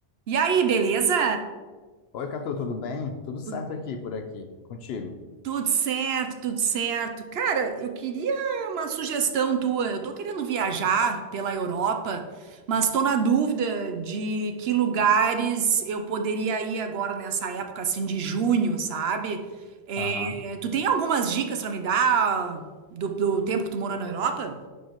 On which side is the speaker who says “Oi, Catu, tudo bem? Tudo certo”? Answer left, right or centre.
Left